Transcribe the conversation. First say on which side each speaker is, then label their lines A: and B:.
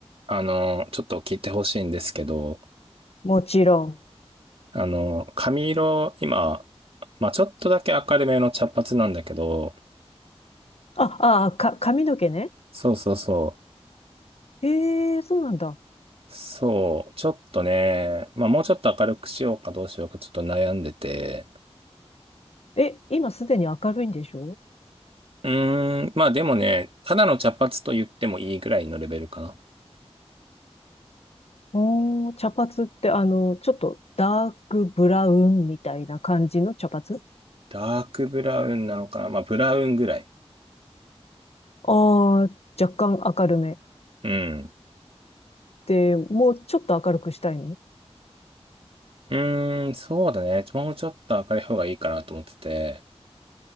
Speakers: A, on the right (about 60°); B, on the left (about 70°).
A: あの、ちょっと聞いてほしいんですけど、
B: もちろん。
A: あの、髪色、今、まあ、ちょっとだけ明るめの茶髪なんだけど、
B: あ、ああか、髪の毛ね。
A: そうそうそ
B: ええ、そうなんだ。
A: う、そう、ちょっとね、まあ、もうちょっと明るくしようかどうしようかちょっと悩んでて、
B: え、今すでに明るいんでしょ
A: うーん、まあでもね、ただの茶髪と言ってもいいぐらいのレベルかな。
B: おー、茶髪ってあの、ちょっとダークブラウンみたいな感じの茶髪
A: ダークブラウンなのかなまあ、ブラウンぐらい。
B: ああー、若干明るめ。
A: うん。
B: で、もうちょっと明るくしたいの
A: うーん、そうだね。もうちょっと明るい方がいいかなと思ってて。